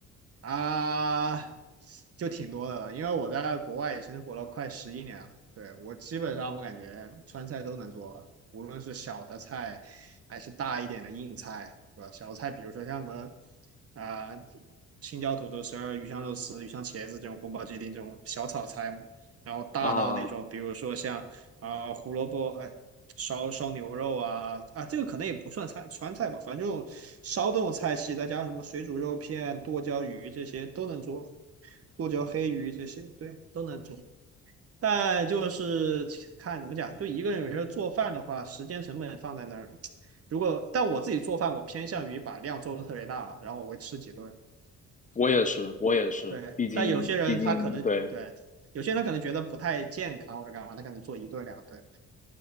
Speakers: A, on the right; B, on the left.
A: 啊，就挺多的了，因为我在国外也生活了快十一年了。对，我基本上我感觉川菜都能做了无论是小的菜还是大一点的硬菜，对吧？小菜比如说像什么啊、青椒土豆丝儿、鱼香肉丝、鱼香茄子这种宫保鸡丁这种小炒菜嘛然后大到那种比如说像啊、
B: 啊，
A: 胡萝卜呃烧烧牛肉啊啊，这个可能也不算菜川菜吧，反正就烧这种菜系，再加上什么水煮肉片、剁椒鱼这些都能做，剁椒黑鱼这些对都能做，但就是看怎么讲，就一个人有时候做饭的话，时间成本放在那儿，如果但我自己做饭，我偏向于把量做的特别大，然后我会吃几顿，
B: 我也是，我也是，
A: 对，
B: 毕竟毕竟对
A: 但有些人他可能对。有些人他可能觉得不太健康或者干嘛，他可能做一顿两顿，